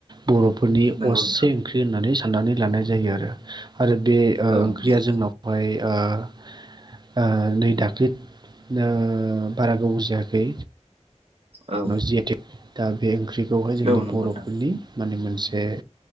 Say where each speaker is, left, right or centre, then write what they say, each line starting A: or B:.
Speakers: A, on the right (about 35°); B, on the right (about 55°).
A: बर'फोरनि
B: नंगौ
A: असे
B: नोंथां
A: ओंख्रि होननानै साननानै लानाय जायो आरो। आरो बे ओंख्रिया
B: औ नंगौ
A: जोंनावहाय ओ नै दाख्लि ओ बारा गोबाव जायाखै
B: औ
A: जि आइ तेक दा बे ओंख्रिखौहाय जोंनि
B: औ नंगौ
A: बर'फोरनि
B: नोंथां
A: माने मोनसे दे